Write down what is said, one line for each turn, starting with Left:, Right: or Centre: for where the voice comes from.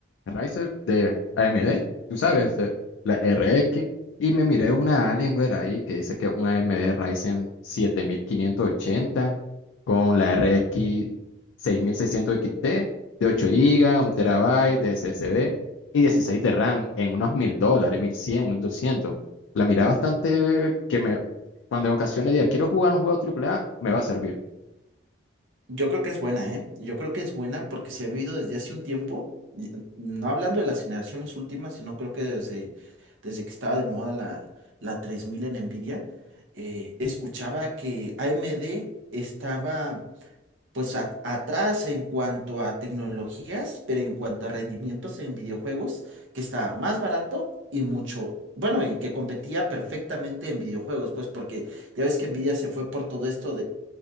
Left: Riser de AMD, tú sabes, eh, la RX. Y me miré una Alienware ahí que dice que una AMD Ryzen 7580 con la RX 6600 XT de 8 GB, un terabyte de SSD y 16 de RAM en unos 1000 dólares, mil cien mil doscientos La miré bastante que me, cuando en ocasiones diga, quiero jugar un juego AAA, me va a servir.
Right: Yo creo que es buena, ¿eh? Yo creo que es buena porque se ha vivido desde hace un tiempo, y- no hablando de las generaciones últimas, sino creo que desde, desde que estaba de moda la, la 3000 en Nvidia, eh, escuchaba que AMD estaba pues a- atrás en cuanto a tecnologías, pero en cuanto a rendimientos en videojuegos, que estaba más barato y mucho, bueno, y que competía perfectamente en videojuegos, pues porque ya ves que Nvidia se fue por todo esto